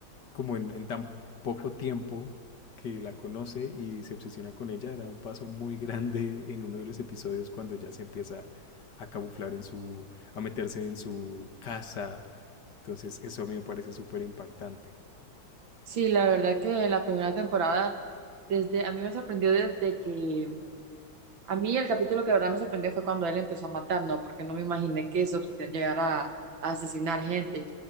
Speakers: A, on the left; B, on the right.
A: como en, en tan poco tiempo que la conoce y se obsesiona con ella, da un paso muy grande en uno de los episodios cuando ya se empieza a camuflar en su, a meterse en su casa. Entonces eso a mí me parece súper impactante.
B: Sí, la verdad que la primera temporada, desde, a mí me sorprendió desde que A mí el capítulo que de verdad me sorprendió fue cuando él empezó a matar, ¿no? Porque no me imaginé que su obsesión llegara a, a asesinar gente.